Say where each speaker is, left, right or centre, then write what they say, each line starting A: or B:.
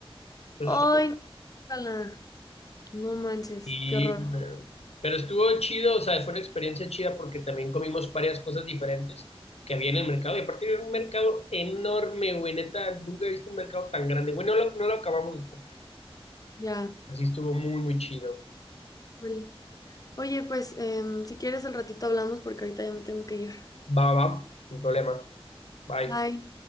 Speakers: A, on the left; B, on the left.
A: Entonces,
B: ¡Ay, no! guácala! No manches,
A: sí,
B: qué horror.
A: man. pero estuvo chido, o sea, fue una experiencia chida porque también comimos varias cosas diferentes que había en el mercado. Y aparte era un mercado enorme, güey, neta, nunca he visto un mercado tan grande. Bueno, no lo, no lo acabamos porque
B: Ya.
A: así estuvo muy, muy chido.
B: Ul. Oye, pues, em, si quieres al ratito hablamos porque ahorita ya me tengo que ir.
A: Va, va, sin problema. Bye.
B: Bye.